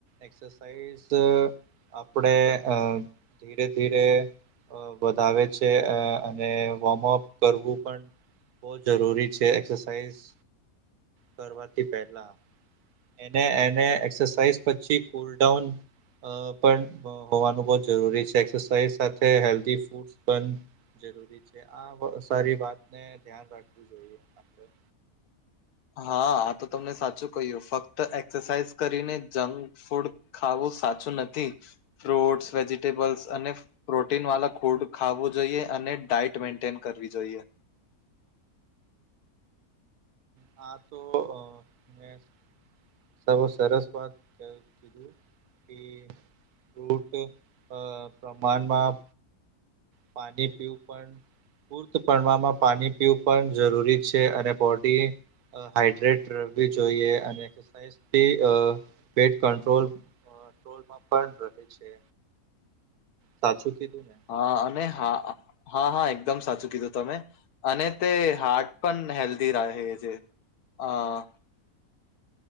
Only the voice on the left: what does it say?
હા, આ તો તમને સાચું કહ્યું ફક્ત એક્સરસાઇઝ કરીને જંક ફૂડ ખાવું સાચું નથી ફ્રૂટ્સ વેજીિટેબલ્સ અને પ્રોટીન વાલા ફૂડ ખું જોઈએ અને ડાયટ મેન્ટેન કરવી જોઈએ.
હા અને હા હા હા એકદમ સાચું કીધું તમે. અને તે હાર્ટ પણ હેલ્ધી રા છે અહ